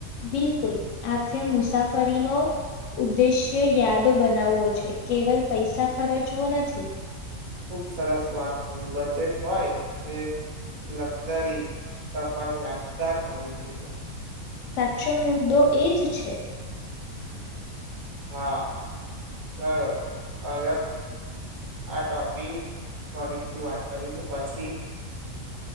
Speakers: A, on the left (about 70°); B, on the right (about 40°).
A: બિલકુલ આખરે મુસાફરીનો ઉદ્દેશ્ય યાદ બનાવવો છે કેવલ પૈસા ખર્ચવો નથી.
B: ખુબ સરસ વાત કહી બજેટ હોય કે લક્ઝરી સફર યાદગાર હોવી જોઈએ.
A: સાચો મુદ્દો એ જ છે.
B: હા ચલો અલગ આ ટોપિક ફરીથી વાત કરીશું પછી.